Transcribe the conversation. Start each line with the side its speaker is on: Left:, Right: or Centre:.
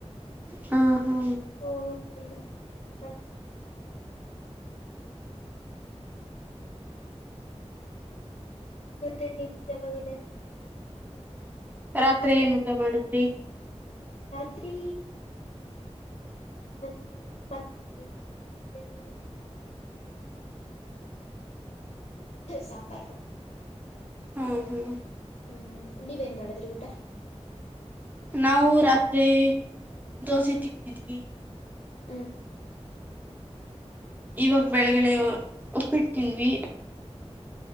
Right: ಹಾ ಹಾ
Left: ಆ ಓ ಕೆಲ್ಲ <unintelligible> ಮತ್ತೆ ನಿಮ್ಗೆ ಯಾವಾಗದೆ ಹಾಲಿಡೇಸ್ ಕಾಲೇಜ್ ಎಲ್ಲ
Right: ರಾತ್ರಿ ಏನ್ ಊಟ ಮಾಡುದ್ರಿ
Left: ರಾತ್ರಿ ನಾನು ಚಪಾತಿ ಮಾಡಿದೆೆ ಚಪಾತಿ ಜೊತೆ ಅನ್ನ ತಿಂದೆ
Right: <inaudible>
Left: ಸಾಂಬಾರ್ ಕೊಟ್ಟಿದ್ರು
Right: ಹ್ಮ್ ಹ್ಮ್
Left: ಹ್ಮ್ ನೀವೇನ್ ಮಾಡಿದ್ರಿ ಊಟ
Right: ನಾವು ರಾತ್ರಿ ದೋಸೆ ತಿಂದಿದ್ವಿ
Left: ಹ್ಮ್
Right: ಇವಾಗ ಬೆಳಗ್ಡೆ ಒಪ್ಪಿಡ್ತಿದ್ವಿ